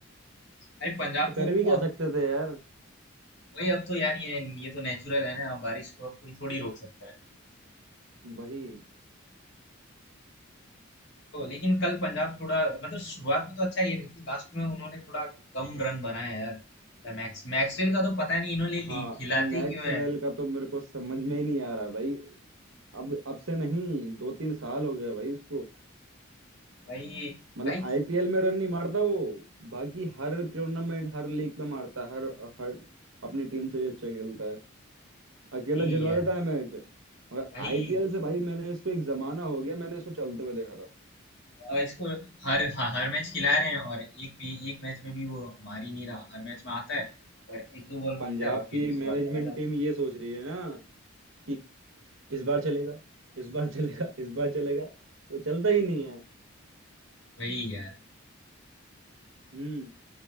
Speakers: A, on the left; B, on the right.
A: अरे पंजाब तो
B: कर भी क्या
A: और
B: सकते थे यार
A: वही अब तो यार ये ये तो नेचुरल है ना अब बारिश को अब कोई थोड़ी रोक सकता है
B: वही
A: तो लेकिन कल पंजाब थोड़ा मतलब शुरुआत में तो अच्छा खेल रही थी लास्ट में उन्होंने थोड़ा कम रन बनाए यार मतलब मैक्स मैक्सवेल का तो पता नहीं इन्होंने
B: हाँ
A: ली खिलाते
B: मैक्सवेल
A: क्यों है
B: का तो मेरे को समझ में ही नहीं आ रहा भाई अब अब से नहीं दो तीन साल हो गया भाई उसको
A: वही
B: मतलब
A: भाई
B: आईपीएल में रन नहीं मारता वो बाकी हर टूर्नामेंट हर लीग में मारता है हर हर अपनी टीम से भी अच्छा खेलता है अकेला
A: वही
B: जितवा
A: यार
B: देता है मैच मगर
A: वही
B: आईपीएल से भाई मैंने इसको एक जमाना हो गया मैंने इसको चलते हुए देखा था
A: और इसको हर ह- हर मैच खिला रहे हैं और एक भी एक मैच में भी वो मार ही नहीं रहा हर मैच में आता है और एक दो बॉल मारता
B: पंजाब
A: है और फिर
B: की
A: उसके
B: मैनेजमेंट
A: बाद चला जाता
B: टीम
A: है
B: ये सोच रही है ना कि इस बार चलेगा इस बार चलेगा इस बार चलेगा वो चलता ही नहीं है
A: वही यार
B: हम्म